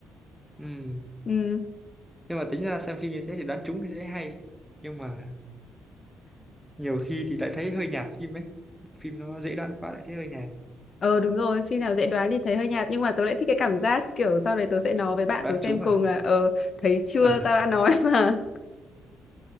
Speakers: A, in the centre; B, on the left.
A: ừ.
B: ừ
A: nhưng mà tính ra xem phim như thế thì đoán trúng thì sẽ hay nhưng mà nhiều khi thì lại thấy hơi nhạt phim ấy phim nó dễ đoán quá lại thấy hơi nhạt
B: ờ đúng rồi phim nào dễ đoán thì thấy hơi nhạt nhưng mà tớ lại thích cái cảm giác kiểu sau đấy tớ sẽ nói với bạn
A: đoán
B: tớ xem
A: trúng
B: cùng
A: à
B: là ờ thấy chưa
A: <laughs>
B: tao đã nói mà